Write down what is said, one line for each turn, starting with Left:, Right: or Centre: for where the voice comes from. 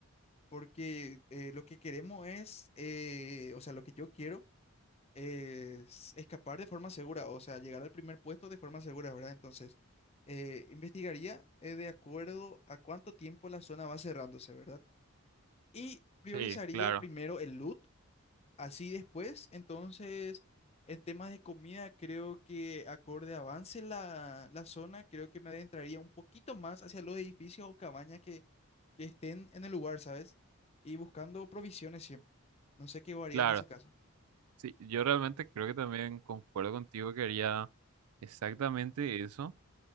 Left: porque eh, lo que queremos es, eh, o sea, lo que yo quiero es escapar de forma segura, o sea, llegar al primer puesto de forma segura, ¿verdad? Entonces, eh, investigaría eh, de acuerdo a cuánto tiempo la zona va cerrándose, ¿verdad? Y priorizaría
Right: Sí, claro,
Left: primero el loot, así después, entonces, en temas de comida, creo que acorde avance la, la zona, creo que me adentraría un poquito más hacia los edificios o cabañas que, que estén en el lugar, ¿sabes? Y buscando provisiones siempre. No sé qué haría
Right: claro.
Left: en ese caso.
Right: Sí, yo realmente creo que también concuerdo contigo que haría exactamente eso,